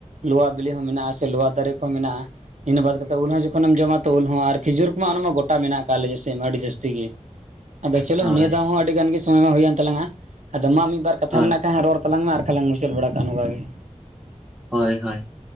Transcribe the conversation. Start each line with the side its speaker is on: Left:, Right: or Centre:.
Right: ᱞᱩᱣᱟ ᱵᱤᱞᱤ ᱦᱚᱸ ᱢᱮᱱᱟᱜ-ᱟ, ᱥᱮ ᱞᱚᱣᱟ ᱫᱟᱨᱮ ᱠᱚᱦᱚᱸ ᱢᱮᱱᱟᱜ-ᱟ᱾ ᱤᱱᱟᱹ ᱵᱟᱫᱽ ᱠᱟᱛᱮᱜ ᱩᱞ ᱦᱚᱸ ᱡᱚᱠᱷᱚᱱᱮᱢ ᱡᱚᱢᱟ ᱛᱚ ᱩᱞ ᱦᱚᱸ ᱟᱨ ᱠᱷᱤᱡᱩᱨ ᱠᱚᱢᱟ ᱚᱱᱟ ᱢᱟ ᱜᱚᱴᱟ ᱢᱮᱱᱟᱜ ᱟᱠᱟᱜ-ᱟ ᱟᱞᱮ ᱡᱮ ᱥᱮᱫ ᱢᱟ ᱟᱹᱰᱤ ᱡᱟᱹᱥᱛᱤ ᱜᱤ᱾
Centre: <inaudible>
Right: ᱟᱫᱚ ᱪᱚᱞᱚ
Centre: ᱦᱳᱭ
Right: ᱱᱤᱭᱟᱹ ᱫᱷᱟᱣ ᱦᱚᱸ ᱟᱹᱰᱤ ᱜᱟᱱ ᱜᱮ ᱥᱚᱢᱚᱭ ᱢᱟ ᱦᱩᱭᱮᱱ ᱛᱟᱞᱟᱝᱟ᱾ ᱟᱫᱚ ᱢᱟ ᱢᱤᱫ ᱵᱟᱨ ᱠᱟᱛᱷᱟ
Centre: ᱦᱳᱭ
Right: ᱢᱮᱱᱟᱜ ᱠᱷᱟᱡ ᱨᱚᱲ ᱛᱟᱞᱟᱝ ᱢᱮ ᱟᱨᱼᱼ ᱟᱨ ᱞᱟᱝ ᱢᱩᱪᱟᱹᱫ ᱵᱟᱲᱟ ᱠᱟᱜ-ᱟ, ᱱᱚᱝᱠᱟ ᱜᱮ᱾
Centre: ᱦᱚᱭ, ᱦᱚᱭ᱾